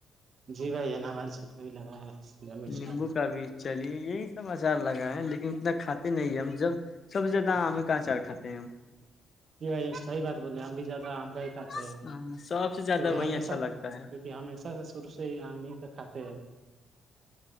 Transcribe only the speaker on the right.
جی بھائی ہے نا ہمارے ساتھ وہی لگا ہے شملہ مرچ
جی بھائی صحیح بات بولے ہم بھی زیادہ آم کا ہی کھاتے ہیں
کیکہ
ہشہ
کیکہ ہمیشہ سے شروع سے ہی آم ہی کا کھاتے ہیں